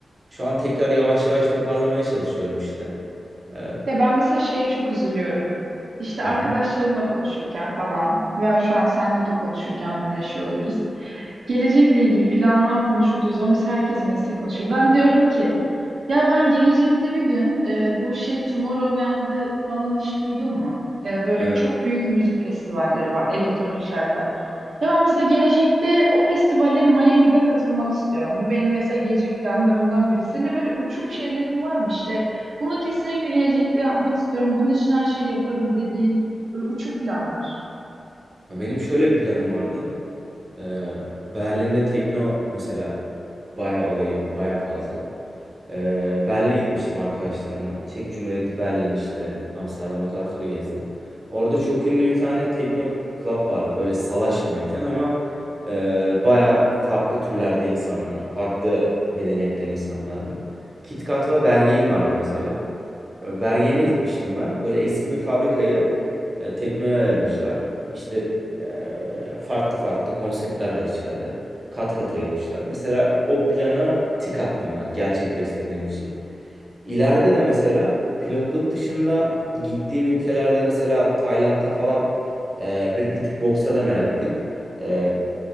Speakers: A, on the right (about 35°); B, on the right (about 85°).
A: Şu an tekrar yavaş yavaş toparlamaya çalışıyorum işte. Ee,
B: Ya ben mesela şeye çok üzülüyorum. İşte
A: hı
B: arkadaşlarımla
A: hı.
B: konuşurken falan veya şu an seninle de konuşurken bunu yaşıyor olabiliriz. Gelecekle ilgili planlar konuşulduğu zaman biz herkes meslek konuşuyor. Ben diyorum ki ya ben gelecekte bir gün e, bu şey Tomorrowland'i falan hiç duydun mu? E, böyle
A: Evet.
B: çok büyük müzik festivalleri var, elektronik şarkılar. Ya ben mesela gelecekte o festivale Miami'de katılmak istiyorum. Bu benim mesela gelecek planlarımdan biri. Senin de böyle uçuk şeylerim var mı işte? Bunu kesinlikle gelecekte yapmak istiyorum. Bunun için her şeyi yaparım dediğin böyle uçuk planlar.
A: Ya Benim şöyle bir planım vardı. Ee, Berlin'de tekno mesela bayağı olayı bayağı fazla. Ee, Berlin'e gitmiştim arkadaşlarımla. Çek Cumhuriyeti Berlin işte Amsterdam o tarafları gezdim. Orada çok ünlü bir tane tekno club vardı. Böyle salaş bir mekan ama e, baya farklı türlerde insanlar, farklı medeniyetten insanlar var. KitKat ve Berghain vardı mesela. Ya Bergen'e gitmiştim ben. Böyle eski bir fabrikayı e, teknoya ayırmışlar. İşte e, farklı farklı konseptler var içeride. Kat kat ayırmışlar. Mesela o plana tik attım ben gerçekleştirdiğim için. İleride de mesela pilotluk dışında gittiğim ülkelerde mesela Tayland'da falan e, bir, bir tık boksa da meraklıyım. E,